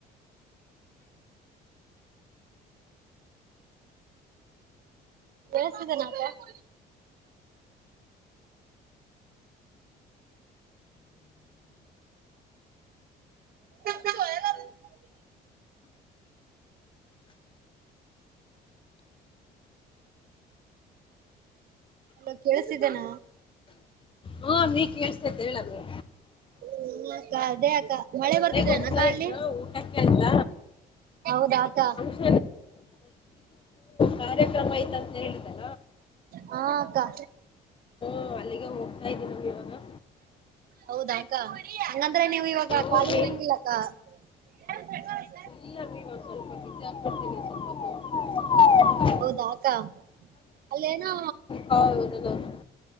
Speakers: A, on the right; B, on the left.
A: ಕೇಳಿಸಿದ್ದನಾ ಅಕ. <unintelligible> ಹಲೋ ಕೇಳಸ್ತಿದ್ದೇನ
B: ಹಾ ನೀ ಕೇಳ್ಸ್ತೖತ್ ಹೇಳಮ್ಮೀ.
A: ಹುಂ ಅಕ್ಕ ಅದೇ ಅಕ್ಕ ಮಳೆ ಬರ್ತಿದೆ
B: ಹೋಗ್ತಾ
A: ಏನಕ ಅಲ್ಲಿ?
B: ಇದ್ನ ಊಟಕ್ಕೆ ಅಂತ
A: ಹೌದಾಕ.
B: <unintelligible> ಕಾರ್ಯಕ್ರಮ ಐತಂತ್ ಹೇಳಿ <unintelligible>
A: ಹಾ ಅಕ್ಕಾ.
B: ಹುಂ ಅಲ್ಲಿಗೆ ಹೋಗ್ತಾ ಇದ್ದೀನಾನಿವಾಗ.
A: ಹೌದಾ ಅಕ್ಕ ಹಂಗಂದ್ರೆ ನೀವು ಇವಾಗ
B: ಹೋಗಿ
A: ಖಾಲಿ ಇರಂಗಿಲ್ಲ. ಕಾ <unintelligible>
B: ಇಲ್ಲಮಿ ಒಂದ್ ಸ್ವಲ್ಪ ಬಿಜಿಯಾಗ್ಬಿಡ್ತೀನಿ ಸ್ವಲ್ಪತ್ತು.
A: ಹೌದಾ ಅಕ್ಕ ಅಲ್ಲೇನೋ
B: ಹೌದು <unintelligible>